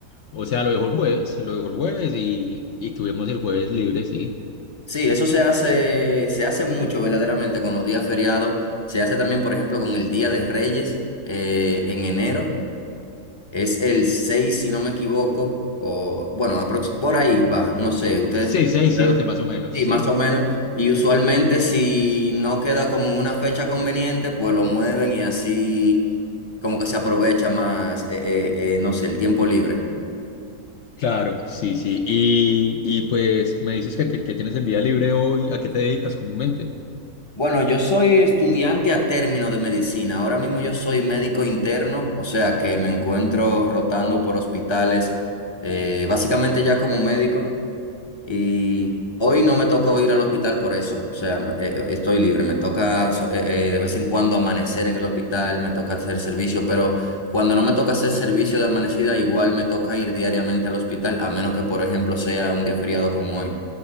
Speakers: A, on the left (about 65°); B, on the left (about 25°).
A: o sea, lo dejó el jueves, lo dejó el jueves y, y tuvimos el jueves libre, sí.
B: Sí, eso se hace, se hace mucho verdaderamente con los días feriados. Se hace también, por ejemplo, con el Día de Reyes eh, en enero. Es el 6 si no me equivoco, o bueno, aprox- por ahí va, no sé, ustedes
A: Sí, seis,
B: tendrán-
A: siete más o menos,
B: sí,
A: sí.
B: más o menos, y usualmente si no queda como en una fecha conveniente, pues lo mueven y así como que se aprovecha más, eh, eh, eh, no sé, el tiempo libre.
A: Claro, sí, sí, y, y pues me dices que, te- que tienes el día libre hoy, ¿a qué te dedicas comúnmente?
B: Bueno, yo soy estudiante a término de medicina, ahora mismo yo soy médico interno, o sea que me encuentro rotando por hospitales, eh, básicamente ya como médico. Y hoy no me tocó ir al hospital por eso. O sea, me- eh, eh, estoy libre. Me toca so- eh, eh, de vez en cuando amanecer en el hospital, me toca hacer servicio, pero cuando no me toca hacer servicio de amanecida, igual me toca ir diariamente al hospital, a menos que, por ejemplo, sea un día feriado como hoy.